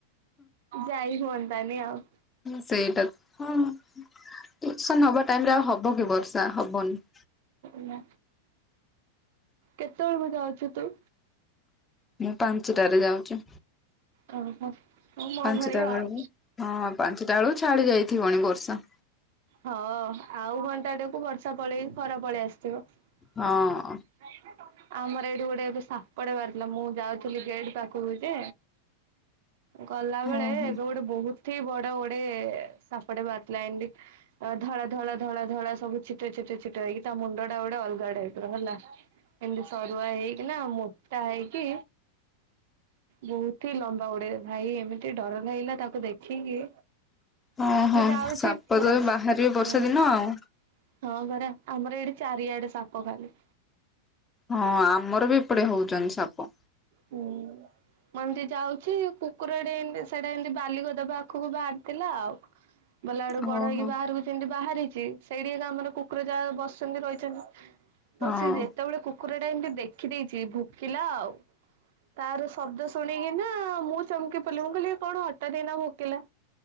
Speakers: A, on the right (about 50°); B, on the left (about 15°).
A: ଯାଇ ହୁଅନ୍ତା ନି ଆଉ।
B: ସେଇଟା ହଁ ଟିଉସନ୍ ହବା ଟାଇମରେ ଆଉ ହ ହବ କି ବର୍ଷା ହବନି।
A: ନା। କେତବେଳକୁ ଯାଉଚୁ ତୁ?
B: ମୁଁ ପାଞ୍ଚଟାରେ ଯାଉଚି।
A: ଓହୋ ହଁ ମୋ
B: ପାଞ୍ଚଟା
A: ଭଳିଆ
B: ବେଳକୁ
A: ଆଉ।
B: ହଁ ପାଞ୍ଚଟା ବେଳକୁ ଛାଡି ଯାଇଥିବଣି ବର୍ଷା।
A: ହଁ ଆଉ ଘଣ୍ଟାରେକୁ ବର୍ଷା ପଳେଇକି ଖରା ପଳେଇ ଆସିଥିବ।
B: ହଁ।
A: <unintelligible> ଆମର ଏଇଠି ଗୋଟେ ଏବେ ସାପଡେ ବାହାରି ଥିଲା ମୁଁ ଯାଉଥିଲି ଗେଟ୍ ପାଖକୁ ଯେ। ଗଲା ବେଳେ
B: ଓହୋ
A: ଏବେ ଗୋଟେ ବହୁତ ଏଠି ବଡ ଗୋଡେ ସାପଟେ ବାହାରି ଥିଲାତ। ଏମିତି ଧଳା ଧଳା ଧଳା ଧଳା ସବୁ ଛିଟା ଛି ଛିଟା ଛିଟା ହେଇକି ତା ମୁଣ୍ଡ ଟା ଗୋଟେ ଅଲଗା ଟାଇପିର ହେଲା। ଏମତି ସରୁଆ ହେଇକି ନା ମୋଟା ହେଇକି। ବହୁତ ହି ଲମ୍ବା ଉଡେ ଭାଇ ଏମିତି ଡର ଲାଗିଲା ତାକୁ ଦେଖିକି।
B: ହଁ ହଁ
A: ମୁଁ ଯାଉଛି
B: ସାପ
A: କୁଲଷ
B: ତ ବାହାରିବେ ବର୍ଷା
A: ହଁ
B: ଦିନ ଆଉ।
A: ହଁ ପରା। ଆମର ଏଠି ଚାରିଆଡେ ସାପ ଖାଲି।
B: ହଁ ଆମର ବି ଏପଟେ ହଉଚନ୍ତି ସାପ।
A: ହୁଁ। ମୁଁ ଏମିତି ଯାଉଛି କୁକୁରଟେ ଏମତି ସେଟା ଏମିତି ବାଲିଗଦା ପାଖକୁ ବାହାରିଥିଲା ଆଉ। ବଲା ଆଡୁ
B: ଓହୋ
A: ବଡ ହେଇକି
B: ହଁ
A: ବାହାରକୁ ସେମିତି ବାହାରିଛି। ସେଇଠି ଆମର କୁକୁର ଯା ବସିଛନ୍ତି ରହିଛନ୍ତି। ତ
B: ହଁ
A: ସେ ଯେତେବେଳେ କୁ କୁକୁର ଟା ଏମିତି ଦେଖିଦେଇଚି ଭୁକିଲା ଆଉ। ତାର ଶବ୍ଦ ଶୁଣିକି ନା ମୁଁ ଚମକି ପିଡିଲି ମୁଁ କହିଲି କଣ ହଠାତ ଏଇନା ଭୁକିଲା।